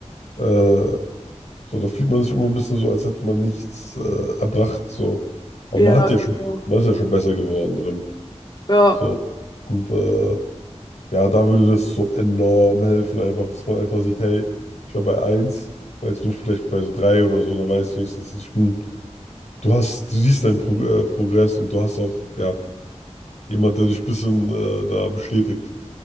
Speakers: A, on the left (about 80°); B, on the left (about 40°).
A: Äh, so, da fühlt man sich immer ein bisschen so, als hätte man nichts äh, erbracht. So. Aber
B: ja,
A: man hat ja
B: genau.
A: schon, man ist ja schon besser geworden drin.
B: Ja.
A: So. Und äh, ja, da würde das so enorm helfen, einfach, dass man einfach sieht, hey, ich war bei eins, und jetzt bin ich vielleicht bei so 3 oder so, dann weißt du wenigstens, ich bin, du hast, du siehst deinen Pro äh, Progress und du hast auch, ja, jemand, der dich ein bisschen äh, da bestätigt.